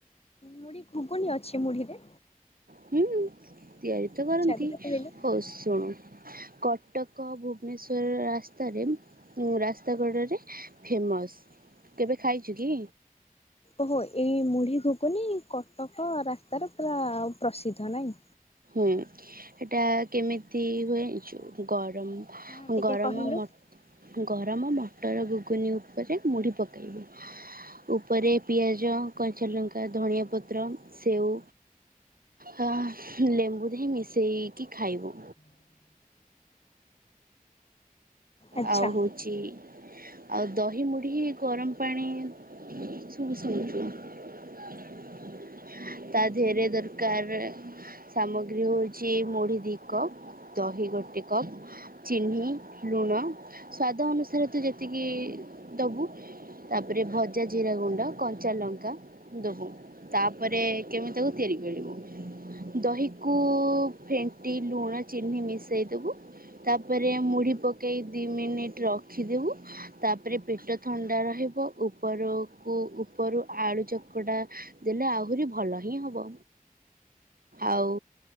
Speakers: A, on the left; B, on the right.
A: ମୁଢୀ ଘୁଗୁନୀ ଅଛି ମୁଢିରେ?
B: ହୁଁ ତିଆରି ତ କରନ୍ତି
A: ଟିକେ କହିଲ?
B: ହଉ ଶୁଣ କଟକ ଏକ ଭୁବନେଶ୍ୱର ରାସ୍ତାରେ ରାସ୍ତା କଡ଼ରେ ଫେମସ୍। କେବେ ଖାଇଛୁ କି?
A: ଓହୋ ଏଇ ମୁଢି ଘୁଗୁନି କଟକ ରାସ୍ତାରେ ପ୍ରାୟ ପ୍ରସିଦ୍ଧ ନାଈ।
B: ହୁଁ ହେଟା କେମିତି ହୁଏ ଯୋଉ ଗ ଗରମ
A: ହଁ ଟିକେ
B: ଗରମ
A: କହିଲୁ?
B: ମ ଗରମ ମ ମଟର ଘୁଗୁନି ଉପରେ ମୁଢ଼ି ପକାଇକି। ଉପରେ ପିଆଜ କଞ୍ଚା ଲଙ୍କା ଧନିଆ ପତ୍ର ସେଉ। ହଁ ଲେମ୍ବୁ ଦେହି ମିଶେଇକି ଖାଇବୁ।
A: ଆଚ୍ଛା
B: ଆଉ ହଉଛି ଆଉ ଦହି ମୁଢ଼ି ଗରମ ପାଣି <unintelligible> ତା ଦେହରେ ଦର କାର ସାମଗ୍ରୀ ହେଉଛି ମୁଢ଼ି ଦୁଇ କପ୍ ଦହି ଗୋଟେ କପ୍ ଚିନି ଲୁଣ ସ୍ଵାଦ ଅନୁସାରେ ତୁ ଯେତିକି ଦବୁ। ତାପରେ ଭଜା ଜିରା ଗୁଣ୍ଡ କଞ୍ଚା ଲଙ୍କା ଦବୁ ତାପ ତାପରେ କେମିତି ତାକୁ ତିଆରି କରିବୁ। ଦହିକୁ ଫେଣ୍ଟି ଲୁଣ ଚିନି ମିଶାଇ ଦେବୁ। ତାପରେ ମୁଢି ପକେଇ ଦି ମିନିଟ ରଖିଦବୁ ତାପରେ ପେଟ ଥଣ୍ଡା ରହି ଉପ ଉପରକୁ ଉପରୁ ଆଳୁ ଚକଟା ଦେଲେ ଆ ଆହୁରି ଭଲ ହିଁ ହେବ। ଆଉ